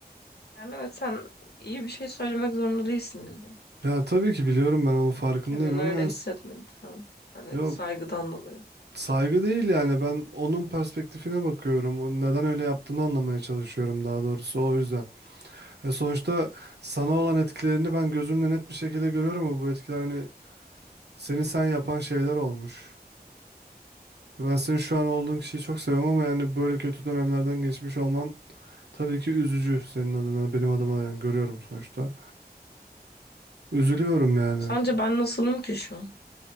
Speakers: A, on the left (about 70°); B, on the right (about 80°).
A: Yani evet sen iyi bir şey söylemek zorunda değilsin illa.
B: Ya tabii ki biliyorum ben onun farkındayım
A: Kendini
B: ama
A: öyle
B: ya,
A: hissetme lütfen. Hani
B: ya
A: saygıdan dolayı.
B: Saygı değil yani ben onun perspektifine bakıyorum. O neden öyle yaptığını anlamaya çalışıyorum daha doğrusu o yüzden. E sonuçta sana olan etkilerini ben gözümle net bir şekilde görüyorum ama bu etkiler hani seni sen yapan şeyler olmuş. Ben senin şu an olduğun kişiyi çok seviyorum ama yani böyle kötü dönemlerden geçmiş olman tabii ki üzücü senin adına benim adıma da yani görüyorum sonuçta. Üzülüyorum yani.
A: Sence ben nasılım ki şu an?